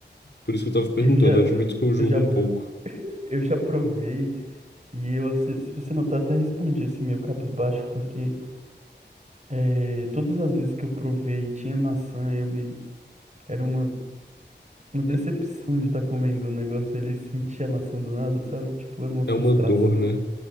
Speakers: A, on the left (about 65°); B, on the right (about 40°).
A: Por isso que eu tava perguntando,
B: Eu já,
A: eu admito que eu julgo
B: eu já,
A: um pouco.
B: eu já provei e eu, se, se você notar, até respondi assim meio cabisbaixo, porque é, todas as vezes que eu provei e tinha maçã, eu me, era uma uma decepção
A: É
B: de estar comendo um negócio ele sentia a maçã do nada, sabe? Tipo, era uma
A: é
B: frustração.
A: uma dor, né?